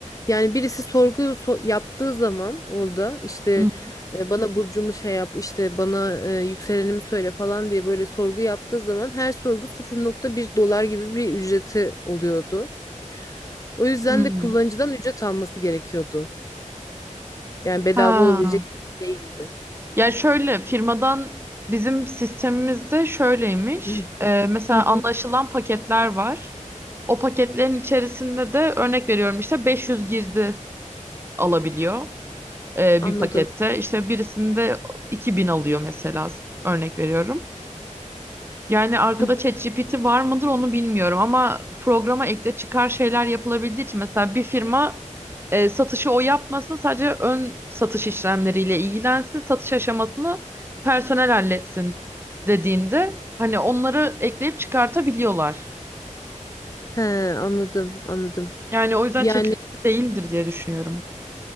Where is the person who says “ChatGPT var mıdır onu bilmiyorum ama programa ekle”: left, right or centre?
Right